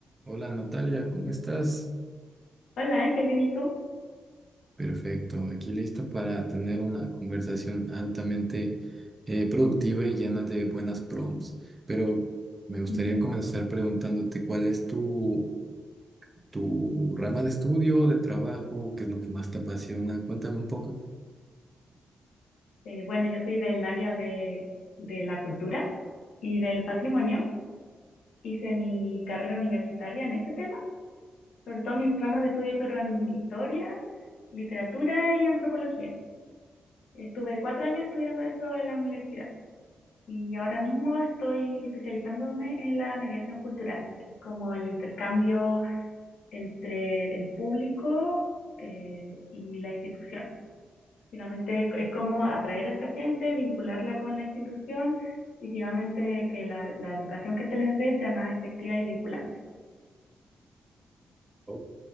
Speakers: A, on the right; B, on the left.
A: Hola Natalia, ¿cómo estás?
B: Hola Ángel, bien, ¿y tú?
A: Perfecto, aquí listo para tener una conversación altamente eh, productiva y llena de buenas prompts. Pero me gustaría
B: <laughs>
A: comenzar preguntándote cuál es tu, tu rama de estudio, de trabajo, qué es lo que más te apasiona. Cuéntame un poco.
B: Eh, bueno, yo soy del área de, de la cultura y del patrimonio. Hice mi carrera universitaria en ese tema. Sobre todo mis ramas de estudio ahí fueron historia, literatura y antropología. Estuve cuatro años estudiando eso en la universidad y ahora mismo estoy especializándome en la mediación cultural, que es como el intercambio entre el público eh, y la institución. Finalmente es, es como atraer a esta gente, vincularla con la institución y finalmente que la, la educación que se les dé sea más efectiva y vinculante.
A: Ok,